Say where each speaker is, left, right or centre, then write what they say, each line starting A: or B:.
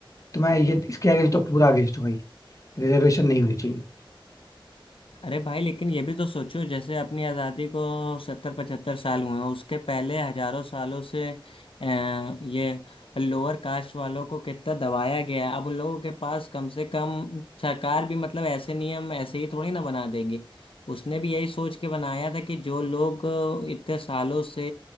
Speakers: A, on the left (about 35°); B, on the left (about 75°).
A: तो मैं ये इसके अगेंस्ट तो पूरा अगेंस्ट हूँ भाई रिजर्वेशन नहीं होनी चाहिए
B: अरे भाई लेकिन ये भी तो सोचो जैसे अपनी आज़ादी को सत्तर पचहत्तर साल हुए हैं उसके पहले हजारों सालों से अ, ये लोअर कास्ट वालों को कितना दबाया गया है। अब उन लोगों के पास कम से कम सरकार भी मतलब ऐसे नियम ऐसे ही थोड़ी ना बना देगी उसने भी यही सोच के बनाया था कि जो लोग अ, इतने सालों से